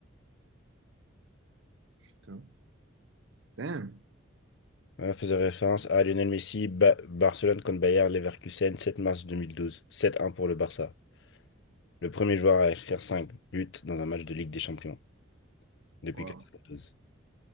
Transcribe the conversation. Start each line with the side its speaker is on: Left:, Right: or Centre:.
Right: Putain. Damn.
Left: Ouais, faisait référence à Lionel Messi, Ba- Barcelone contre Bayer Leverkusen, 7 mars 2012. 7-1 pour le Barça. Le premier joueur à inscrire 5 buts dans un match de Ligue des Champions depuis
Right: Wow.
Left: 92.